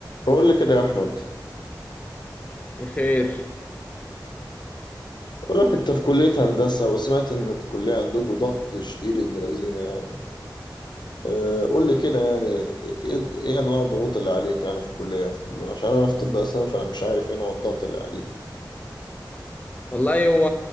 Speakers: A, on the left; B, on the left.
A: بقول لي كده يا احمد
B: بخير
A: بقول لك انت في كليه هندسه وسمعت ان الكليه عندكم ضغط شديد ابن لذينه يعني أه قول لي كده يعني ايه إيه انواع الضغوط اللي عليك يعني في الكليه عشان انا في طب اسنان فانا مش عارف ايه نوع الضغط اللي عليك
B: والله هو